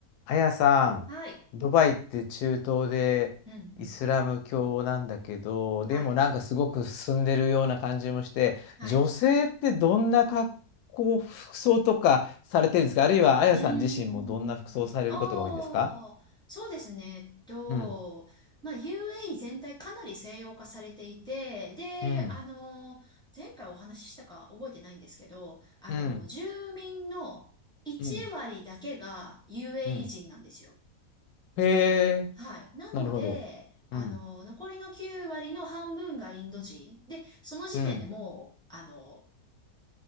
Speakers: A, on the left; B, in the centre.
A: あやさん、
B: はい。
A: ドバイって中東でイスラム教なんだけど、
B: うんうん。はい。
A: でもなんかすごく進んでるような感じもして、
B: はい。
A: 女性ってどんな格好、服装とかされてるんですかあるいはあやさん自身もどんな服装されることが多いんですか
B: うーん。ああ、そうですね。えっと、
A: うん、
B: まあ、UAE 全体かなり西洋化されていて、で、
A: うん、
B: あの、前回お話ししたか覚えてないんですけど、あの、
A: うん、
B: 住民の1割だけが
A: うん、
B: UAE
A: うん。
B: 人なんですよ。
A: へえ、
B: はい。なので、
A: なるほど。
B: あの、
A: うん、
B: 残りの9割の半分がインド人。で、その時点でもう、
A: うん。
B: あの、